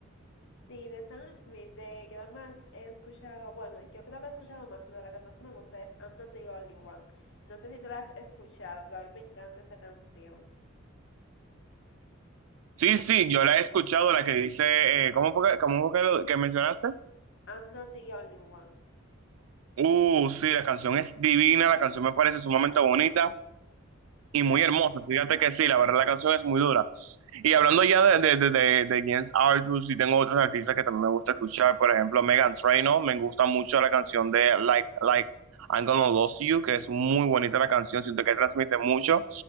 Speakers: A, on the left; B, on the right.
A: Sí, de Sam Smith, de que nada más he escuchado, bueno, yo creo que he escuchado más, pero la que más me gusta es I'm Not the Only One. No sé si tú la has escuchado, pero a mí me encanta esa canción.
B: Sí, sí, yo la he escuchado, la que dice, eh, ¿cómo fue que, cómo fue que, lo- que mencionaste?
A: I'm Not the Only One.
B: Uh, sí, la canción es divina, la canción me parece sumamente bonita y
A: Claro,
B: muy hermosa.
A: claro.
B: Fíjate que sí, la verdad la canción es muy dura. Y hablando ya de, de, de, de, de Jens Arthur, sí tengo otros artistas que también me gusta escuchar, por ejemplo, Megan Trainor, me gusta mucho la canción de Like, Like, I'm Gonna Lose You, que es muy bonita la canción, siento que transmite mucho.